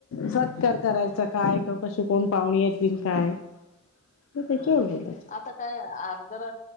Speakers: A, on the left; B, on the left.
A: सत्कार करायचा काय, का कशी कोण पाहुणी ये तीन काय, मग त्याच्यावर
B: हं
A: बोलायचं.
B: आता काय अर् जर